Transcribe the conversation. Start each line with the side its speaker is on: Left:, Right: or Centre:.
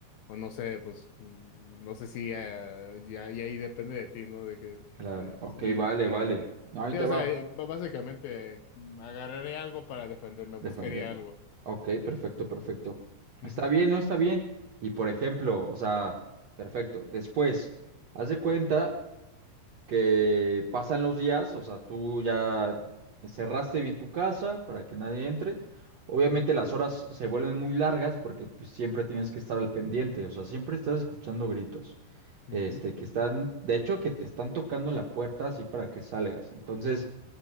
Left: o no sé, pues mm, no sé si eh, ya, ya ahí depende de ti, ¿no? De que
Right: Claro,
Left: eh,
Right: ok,
Left: sí,
Right: vale,
Left: sí, sí,
Right: vale.
Left: sí.
Right: No, ahí
Left: Sí,
Right: te
Left: o
Right: va.
Left: sea, eh, b- básicamente eh, mm, agarraré algo para defenderme,
Right: Defenderme.
Left: buscaría algo.
Right: Ok, perfecto, perfecto. Está
Left: Ujú,
Right: bien, ¿no? Está bien. Y por ejemplo, o sea, perfecto. Después, haz de cuenta. que pasan los días, o sea, tú ya cerraste bien tu casa para que nadie entre. Obviamente
Left: ujú,
Right: las horas se vuelven muy largas porque pues, siempre tienes que estar al pendiente, o sea, siempre estás escuchando gritos.
Left: ujú,
Right: Este, que están, de hecho, que te están tocando la puerta así para que salgas. Entonces,